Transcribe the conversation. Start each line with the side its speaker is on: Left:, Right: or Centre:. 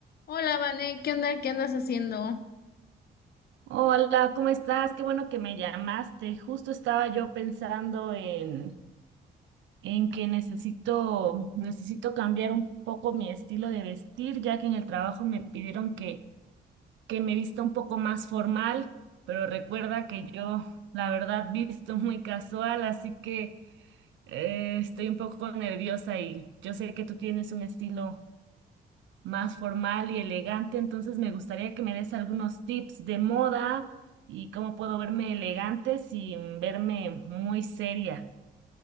Left: Hola, Vané, ¿qué onda? ¿Qué andas haciendo?
Right: Hola, ¿cómo estás? Qué bueno que me llamaste. Justo estaba yo pensando en, en que necesito, necesito cambiar un poco mi estilo de vestir, ya que en el trabajo me pidieron que, que me vista un poco más formal, pero recuerda que yo, la verdad, <laughs> visto muy casual, así que eh, estoy un poco nerviosa y yo sé que tú tienes un estilo más formal y elegante, entonces me gustaría que me des algunos tips de moda y cómo puedo verme elegante sin verme muy seria.